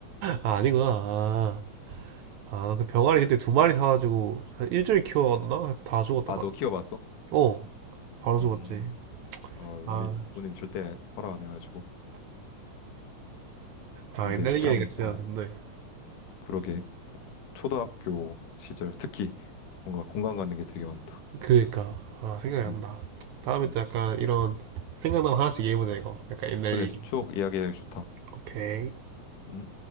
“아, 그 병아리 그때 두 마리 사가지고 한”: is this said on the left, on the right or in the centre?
Right